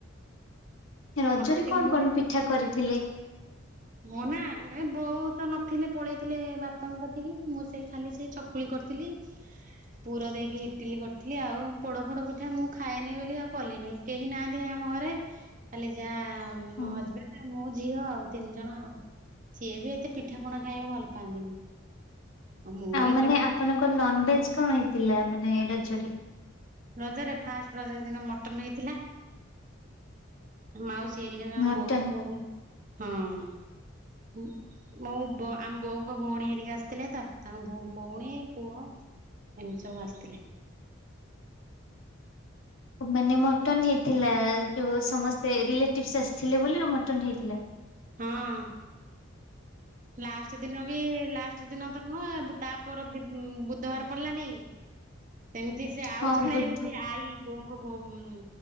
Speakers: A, on the left; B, on the right.
A: ରଜରେ
B: ମତେ ଟିକେ
A: କଣ
B: ମୋର
A: କଣ ପିଠା କରିଥିଲେ?
B: ମୁଁ ନା ଏ ବୋଉ ତ ନଥିଲେ ପଳେଇଥିଲେ ବାପାଙ୍କ କତିକି ମୁଁ ସେଇ ଖାଲି ସେଇ ଚ କୁଳି କରିଥିଲି। ପୁର ଦେଇକି ଇଟିଲି କରଥିଲି ଆଉ ପୋଡ ଫୋଡ ପିଠା ମୁଁ ଖାଏନି ବୋଲି ଆଉ କଲିନେଇ। କେହି ନାହାନ୍ତି ଆମ ଘରେ ଖାଲି ଯାହା
A: ହଁ
B: ମୋ ହଜବେଣ୍ଡ ଆଉ ମୋ ଝିଅ ଆଉ ତିନି ଜଣ ଆଉ ସିଏ ବି ଏତେ ପିଠା ପଣା ଖାଇବାକୁ ଭଲ ପାଆନ୍ତିନି। ମୁଁ
A: ଆଉ
B: ଏକାଠି
A: ମାନେ ଆପଣଙ୍କର ନନଭେଜ କଣ ହେଇଥିଲା ମାନେ ରଜରେ?
B: ରଜରେ ଫାଷ୍ଟ ରଜ ଦିନ ମଟନ ହେଇଥିଲା। ମାଉସୀ ହେରିକା ତାଙ୍କ
A: ମଟନ
B: ବୋଉଙ୍କୁ କହି ହଁ ହୁଁ ମୋ ବୋ ଆମ ବୋଉଙ୍କ ଭୋଉଣୀ ହେରିକି ଆସିଥିଲେ ତ ତାଙ୍କ ଭୋ ଭୋଉଣୀ, ପୁଅ ଏମିତି ସବୁ ଆସିଥିଲେ।
A: ଓ ମାନେ ମଟନ ହେଇଥିଲା ଯୋଉ ସମସ୍ତେ ରିଲେଟିଭସ୍ ଆସିଥିଲେ ବୋଲିରୁ ମଟନ ହେଇଥିଲା।
B: ହଁ। ଲାଷ୍ଟ ଦିନ ବି ଲାଷ୍ଟ ଦିନ ତ ନୁହଁ ଏ ବୁ ତାପର ଦି ଉଁ ବୁଧବାର ପଡିଲାନି କି ସେମତିଆ ସିଏ ଆଉ
A: ହଁ
B: ଜଣେ
A: ବୁଝ
B: ବି ସେଇ ଆଈ ବୋଉଙ୍କ ବୋଉ ଉଁ